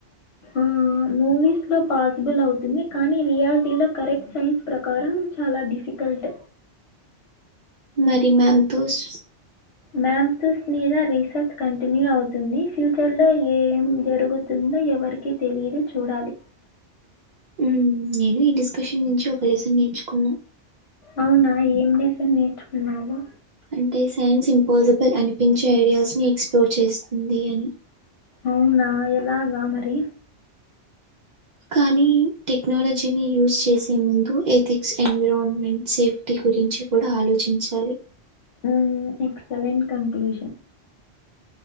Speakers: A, on the left (about 65°); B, on the right (about 55°).
A: ఆ ఆ మూవీస్ లో పాసిబుల్ అవుతుంది కానీ రియాలిటీలో కరెక్ట్ సైన్స్ ప్రకారం చాలా డిఫికల్ట్
B: మరి మ్యామ్ తోస్
A: మ్యామ్సస్ మీద రీసెర్చ్ కంటిన్యూ అవుతుంది ఫ్యూచర్ లో ఏం జరుగు తుందో ఎవరికి తెలియదు చూడాలి
B: ఉమ్ నేను ఈ డిస్కషన్ నుంచి ఒక లెసన్ నేర్చుకున్నా
A: అవునా ఏమి లెసన్ నేర్చుకున్నావు
B: అంటే సైన్స్ ఇంపాజిబుల్ అనిపించే ఐడియాస్ ని ఎక్స్ప్లోర్ చేస్తుంది అని
A: అవునా ఎలాగా మరి
B: కానీ టెక్నాలజీని యూజ్ చేసే ముందు ఎథిక్స్ ఎన్విరాన్మెంట్ సేఫ్ వీటి గురించి కూడా ఆలోచించాలి
A: ఉమ్ ఎక్సలెంట్ కన్క్లూషన్